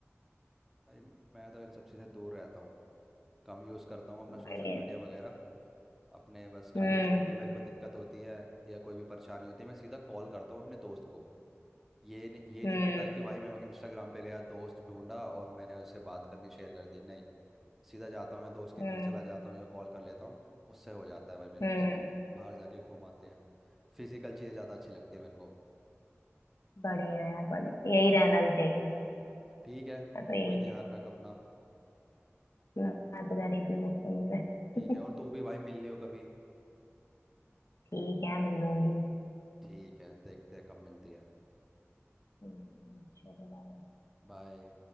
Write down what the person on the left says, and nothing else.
बड़े
हैं
हम्म
हम्म
हम्म
हम्म
बढ़िया यार बढ़िया यही रहना भी चाहिए
मैं तो
यही
है
मैं तो जा रही थी दोस्तों मिलने
<laughs>
ठीक है मिल लूंगी
हम्म, चलो बाय